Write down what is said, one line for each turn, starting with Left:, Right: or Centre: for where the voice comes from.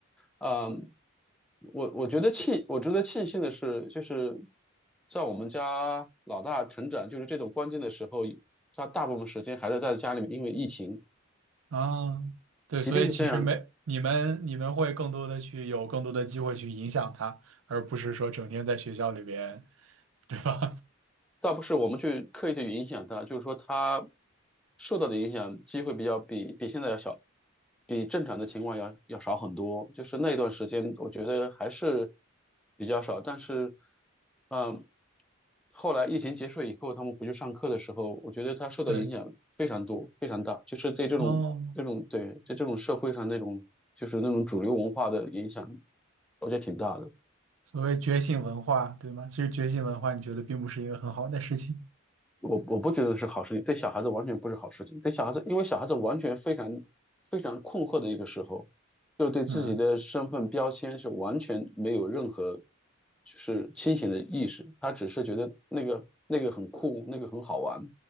Centre: 啊、我我觉得庆，我值得庆幸的是，就是在我们家老大成长，就是这种关键的时候，他大部分时间还是在家里面，因为疫情，
Right: 啊，对，
Centre: 即便是这样，
Right: 所以其实没，你们你们会更多的去有更多的机会去影响他，而不是说整天在学校里边，对吧？
Centre: 倒不是我们去刻意的去影响他，就是说他受到的影响机会比较比比现在要小，比正常的情况要要少很多。就是那一段时间，我觉得还是比较少。但是，嗯，后来疫情结束以后，他们回去上课的时候，我觉得他受到影响非常多，
Right: <laughs> 对，
Centre: 非常大。就是对这种这种对在这种社会上那种就是那种主流文化的影响，
Right: 哦，
Centre: 我觉得挺大的。
Right: 所谓觉醒文化，对吗？其实觉醒文化，你觉得并不是一个很好的事情。
Centre: 我我不觉得是好事情，对小孩子完全不是好事情。对小孩子，因为小孩子完全非常非常困惑的一个时候，就是对自己的身份标签是完全没有任何
Right: 嗯，
Centre: 就是清醒的意识，他只是觉得那个那个很酷，那个很好玩，